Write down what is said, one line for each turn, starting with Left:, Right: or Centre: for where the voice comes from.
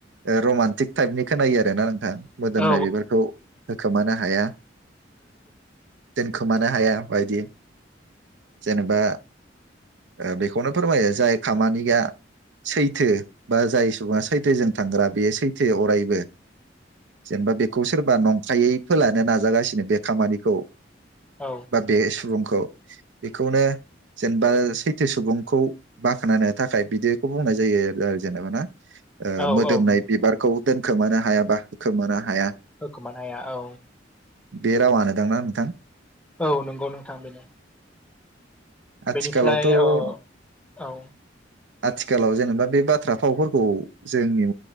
Right: ओ रमान्टिक टाइपनि खोनायो आरोना नोंथां मोदोमनाय
Centre: औ
Right: बेफोरखौ होखोमानो हाया। दोनखोमानो हाया। बायदि जेनेबा ओ बेखौनो फोरमायो जाय खामानिया सैथो बा जाय सुबुङा सैथोजों थांग्रा बेयो सैथो अरायबो जेनेबा बेखौ सोरबा नंखायै फोलानो नाजागासिनो बे खामानिखौ
Centre: औ
Right: बा बे सुबुंखौ बेखौनो जेनेबा सैथो सुबुंखौ बाखोनायनो थाखाय बिदिखौ बुंनाय जायो आरो जेनेबा ना। ओ
Centre: औ
Right: मोदोमनाय
Centre: औ नंगौ
Right: बिबारखौ दोन खोमानो हायाबा खोमा हाया
Centre: होखोमानो हाया औ
Right: बे रावानो दांना नोंथां?
Centre: औ नंगौ नोंथां बेनो
Right: आथिखालावथ'
Centre: बेनिफ्राय औ औ
Right: आथिखालाव जेनेबा बे बाथ्रा फावफोरखौ जोंनि